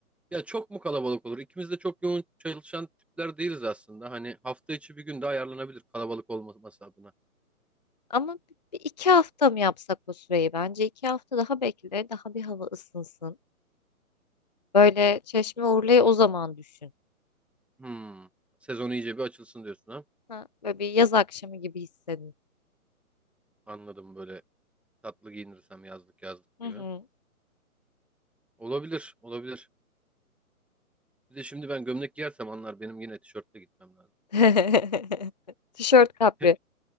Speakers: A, in the centre; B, on the left.
A: Ya çok mu kalabalık olur? İkimiz de çok yoğun çalışan tipler değiliz aslında. Hani hafta içi bir gün de ayarlanabilir kalabalık olmaması adına.
B: Ama bir iki hafta mı yapsak o süreyi? Bence iki hafta daha bekle. Daha bir hava ısınsın. Böyle Çeşme Urla'yı o zaman düşün.
A: Hmm. Sezon iyice bir açılsın diyorsun ha?
B: Ha, böyle bir yaz akşamı gibi hissedin.
A: Anladım böyle tatlı giyinirsem yazlık yazlık
B: Hı
A: gibi.
B: hı.
A: Olabilir, olabilir. Bir de şimdi ben gömlek giyersem anlar benim yine tişörtle gitmem lazım.
B: <laughs> Tişört kapri.
A: <laughs>